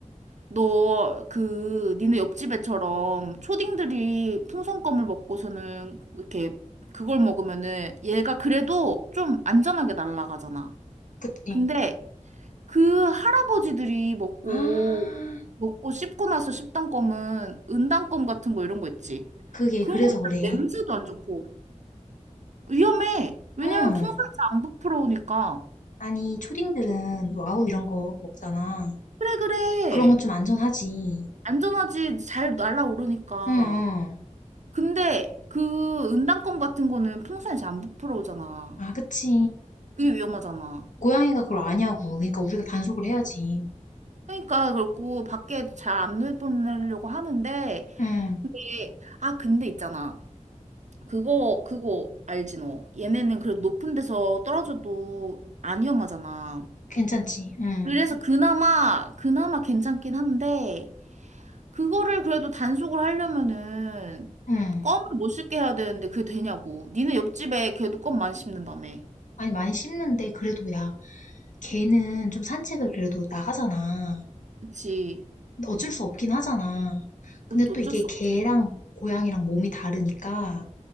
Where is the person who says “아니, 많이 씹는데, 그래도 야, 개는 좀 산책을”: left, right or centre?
Left